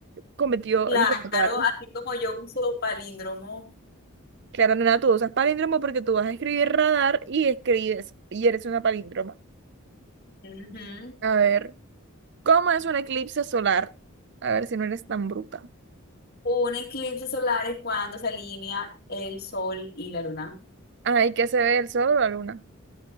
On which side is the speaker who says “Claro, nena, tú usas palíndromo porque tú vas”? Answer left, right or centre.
Right